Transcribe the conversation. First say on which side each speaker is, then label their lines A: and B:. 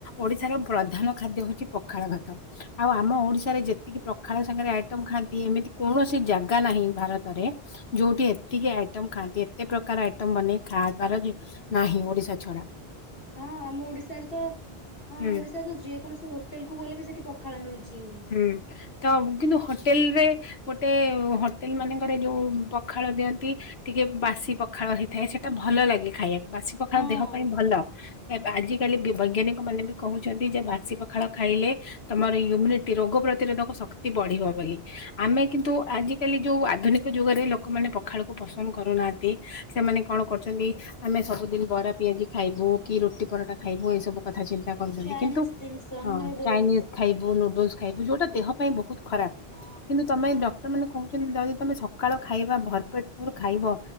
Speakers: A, on the left (about 75°); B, on the left (about 60°).
A: ଓଡିଶାର ପ୍ରଧାନ ଖାଦ୍ୟ ହଉଛି ଉଛି ପଖାଳ ଭାତ। ଆଉ ଆମ ଓଡିଶାରେ ଯେତିକି ପଖାଳ ସାଙ୍ଗରେ ଆଇଟମ ଖାଆନ୍ତି ଏମିତି କୌଣସି ଯାଗା ନାହିଁ ଭାରତରେ ଯୋଉଠି ଏତିକି ଆଇଟମ ଖାଆନ୍ତି ଏତେ ପ୍ରକାର ଆଇଟମ ବନେଇ ଖାଆବାର ନାହିଁ ଓଡିଶା ଛଡା
B: ହଁ ଆମ ଓଡିଶାରେ ତ ହଁ
A: ହୁଁ
B: ଓଡିଶାରେ ତ ଯେକୌଣସି ହୋ ହୋଟେଲକୁ ଗଲେ ବି ସେଠି ପଖାଳ ମିଳୁଛି।
A: ହୁଁ ତ କିନ୍ତୁ ହୋଟେଲରେ ଗୋଟେ ହୋଟେଲ ମାନଙ୍କରେ ଯୋଉ ପଖାଳ ଦିଅନ୍ତି ଟିକେ ବାସି ପଖାଳ ହେଇଥାଏ ସେଟା ଭଲ ଲାଗେ ଖାଇବାକୁ। ବାସି ପଖାଳ
B: ହଁ
A: ଦେହ ପାଇଁ ଭଲ ଆଜିକାଲି ବୈଜ୍ଞାନିକ ମାନେ ବି କହୁଛନ୍ତି ଯେ ବାସି ପଖାଳ ଖାଇଲେ ତମର ଇମୁନିଟି ରୋଗ ପ୍ରତିରୋଧକ ଶକ୍ତି ବଢିବ ବୋଲି। ଆମେ କିନ୍ତୁ ଆଜିକାଲି ଯୋଉ ଆଧୁନିକ ଯୁଗରେ ଲୋକମାନେ ପଖାଳକୁ ପସନ୍ଦ କରୁନାହାନ୍ତି। ସେମାନେ କଣ କରୁଛନ୍ତି ଆମେ ସବୁଦିନ ବରା ପିଆଜି ଖାଇବୁ କି ରୁଟି ପରଟା ଖାଇବୁ ଏ ସବୁ କଥା ଚିନ୍ତା କରୁଛନ୍ତି
B: ଚାଇନିଜ
A: କିନ୍ତୁ
B: ଜିନିଷ
A: ହଁ
B: ନୁଡୁଲସ
A: ଚାଇନିଜ ଖାଇବୁ ନୁଡୁଲସ ଖାଇବୁ ଯୋଉଟା ଦେହ ପାଇଁ ବହୁତ ଖରାପ।
B: ହଁ।
A: କିନ୍ତୁ ତୁମେ ଡକ୍ଟରମାନେ କହୁଛନ୍ତି ଯଦି ତମେ ସକାଳୁ ଖାଇବା ଭରପେଟ ପୁର ଖାଇବ